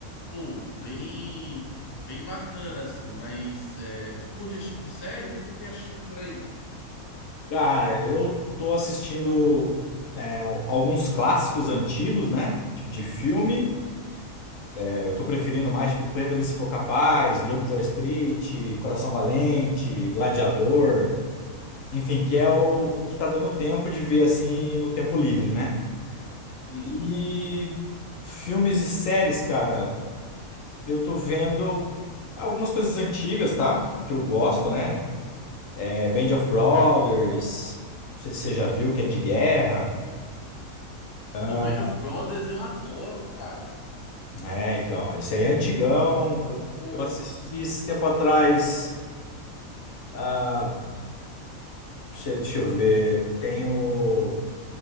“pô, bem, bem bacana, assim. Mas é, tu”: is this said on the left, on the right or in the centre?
Left